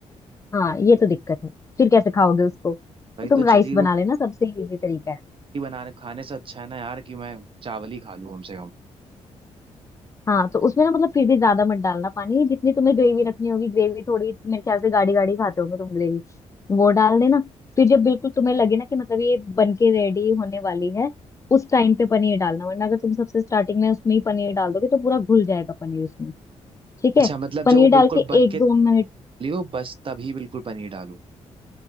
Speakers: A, on the left; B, on the right.
A: हाँ ये तो दिक्कत है फिर कैसे खाओगे उसको तो
B: भाई
A: तुम
B: तो
A: राइस
B: जली रोटी
A: बना लेना सबसे इजी तरीका है
B: रोटी बनाने खाने से अच्छा है ना यार कि मैं चावल ही खा लूं कम से कम
A: हाँ तो उसमें ना मतलब फिर भी ज्यादा मत डालना पानी जितनी तुम्हें ग्रेवी रखनी होगी ग्रेवी थोड़ी मेरे ख्याल से गाढ़ी गाढ़ी खाते होंगे तुम ग्रेवी वो डाल देना फिर जब बिल्कुल तुम्हें लगे ना कि मतलब ये बन के रेडी होने वाली है उस टाइम पे पनीर डालना वरना अगर तुम सबसे स्टार्टिंग में उसमें ही पनीर डाल दोगे तो पूरा घुल जाएगा पनीर उसमें ठीक है
B: अच्छा मतलब
A: पनीर
B: जब वो
A: डाल
B: बिल्कुल
A: के
B: बन
A: एक
B: के
A: दो मिनट
B: लियो बस तभी बिल्कुल पनीर डालूं